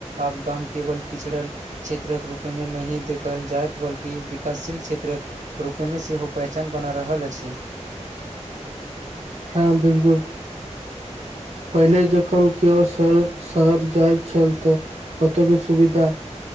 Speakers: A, on the right (about 85°); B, on the right (about 65°).
A: आब गाम केवल पिछड़ल क्षेत्रक रूपमे नहि दे खल जाइत बल्कि विकासशील क्षेत्रक रूपमे सेहो पहचान बना रहल अछी
B: हँ बिलकुल पहिले जखन केओ श - शहर जाइत छल तो ओतकेँ सुविधा